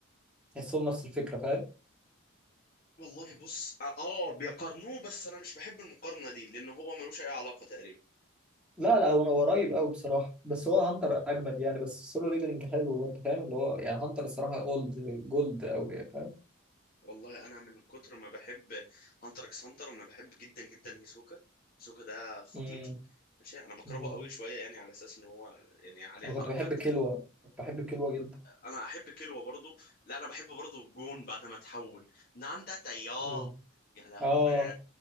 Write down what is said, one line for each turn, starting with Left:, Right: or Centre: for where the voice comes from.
Centre: تحسهم نفس الفكره فاهم
Left: والله بص اه آه، بيقارنوه بس انا مش بحب المقارنه دي لان هو ملوش اي علاقه تقريبا
Centre: لا لا هو هو قريب قوي بصراحه بس هو هانتر اجمد يعني بس السولو ليفلنج حلو برضه فاهم اللي هو يعني هانتر الصراحه اولد جولد قوي فاهم
Left: والله انا من كتر ما بحب هانتر اكس هانتر انا بحب جدا جدا هيسوكا هيسوكا ده خطير
Centre: امم
Left: ماشي انا بكرهه
Centre: أمم.
Left: قوي شويه يعني على اساس ان هو يعني عليه
Centre: انا
Left: حركات
Centre: كنت بحب كلوة بحب كلوة جدا
Left: انا احب كلوة برضو لا انا بحب برضو الجون بعد ما تحول ناندا تياه
Centre: أمم.
Left: يا لهوي
Centre: اه